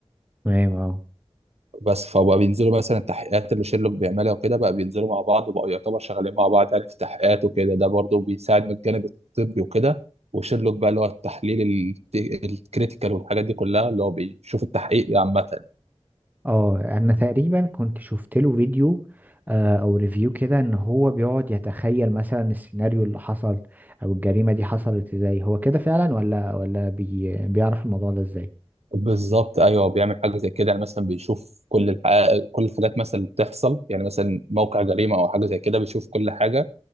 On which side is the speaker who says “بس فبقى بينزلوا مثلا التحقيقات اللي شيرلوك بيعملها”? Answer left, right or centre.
Right